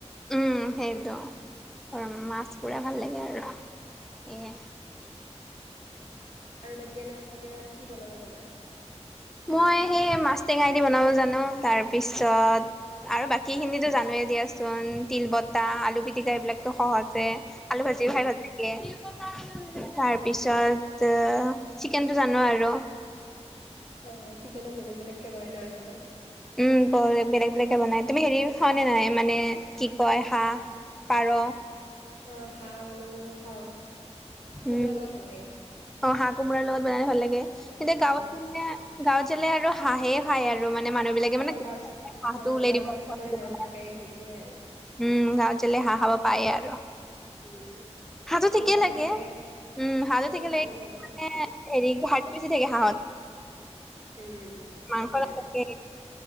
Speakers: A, in the centre; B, on the left.
A: উম সেইটো, আৰু মাছ পুৰা ভাল লাগে আৰু। এ
B: আৰু বাকী এনে অসমীয়া কি বনাব জানা?
A: মই সেই মাছ টেঙাই দি বনাব জানো তাৰপিছত আৰু বাকী খিনিতো জানোৱে। দিয়াচোন। তিল বতাহ, আলু পিটিকা এইবিলাকতো সহজে। আলু ভাজি
B: উম
A: খাইয়ো ভাল লাগে। তাৰ পিছত চিকেনটো জানো আৰু।
B: অঁ চিকেনো বেলেগ বেলেগকে বনাই নহয় চবে।
A: উম ব বেলেগ বেলেগকে বনাই। তুমি হেৰি খোৱা নে নাই মানে কি কয় হাঁহ পাৰ?
B: আহ হাঁহ বাৰু খাওঁ। কোমোৰাৰ
A: উম
B: লগত ভাল লাগে
A: অ হাঁহ কোমোৰাৰ লগত বনালে ভাল লাগে। কিন্তু গাঁৱত
B: অ
A: জালে গাঁৱত জালে আৰু হাঁহে খাই আৰু মানে মানুহ বিলাকে
B: অ
A: মানে গ
B: গাঁৱৰ
A: হাঁহটো
B: অ
A: উলাই
B: গাঁৱৰ
A: দিব
B: ফালে চবৰে
A: আৰু
B: ঘৰত
A: বনাই
B: থাকে সেইটোৱে আৰু
A: উম গাঁৱ জাললে হাঁহ খাব পাই আৰু
B: উম
A: হাঁহটো
B: আৰু
A: ঠিকেই
B: কোমোৰাটো
A: লাগে
B: থাকে।
A: উম হালদি কিলে
B: ভালে লাগে
A: মানে হেৰি হাৰ্ডি বে ছি থাকে হাঁহত
B: উম
A: মাংস
B: সেইটোৱে।
A: নাথাকে